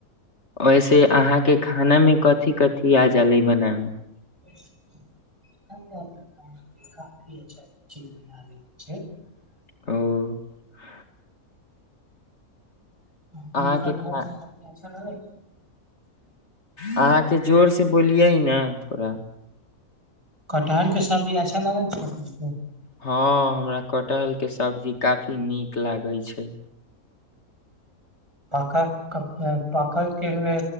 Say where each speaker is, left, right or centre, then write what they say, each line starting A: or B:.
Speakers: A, on the left; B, on the right.
A: वैसे अहाँके खाना मे क थी कथी <unintelligible> बनाब। <inaudible>
B: <unintelligible>
A: <unintelligible>
B: <unintelligible>
A: अहाँके खा अहाँके जोरसँ बोलियै ने थोड़ा
B: कटहरके सब्जी अच्छा लागै छै कह
A: हँ हमरा कटहलके सब्जी काफी नीक लागै छै
B: पक पकल कने